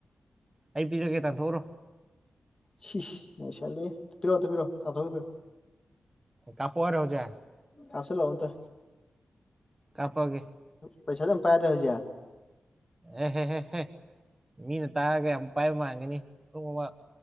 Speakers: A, on the right; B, on the left.
A: ꯑꯩ ꯄꯤꯔꯒꯦ ꯇꯥꯟꯊꯣꯛꯎꯔꯣ
B: ꯁꯤꯏꯁ ꯅꯩꯁꯟꯂꯦ ꯄꯤꯔꯣ ꯑꯇ ꯄꯤꯔꯣ ꯇꯥꯟꯊꯣꯛꯎꯒꯦ ꯄꯤꯔꯣ
A: ꯀꯥꯞꯄꯣ ꯍꯥꯏꯔꯣ ꯍꯧꯖꯤꯛ
B: ꯀꯥꯞꯁꯤꯂꯛꯑꯣ ꯑꯝꯇ
A: ꯀꯥꯞꯄꯛꯑꯒꯦ
B: ꯄꯩꯁꯥꯁꯨ ꯌꯥꯝ ꯄꯥꯏꯔꯗꯥꯏ ꯍꯧꯖꯤꯛ
A: ꯑꯦ ꯍꯦ ꯍꯦ ꯍꯦ ꯃꯤꯅ ꯇꯥꯔꯒ ꯌꯥꯝ ꯄꯥꯏꯕ ꯃꯥꯟꯒꯤꯅꯤ ꯑꯗꯨꯒꯨꯝꯕ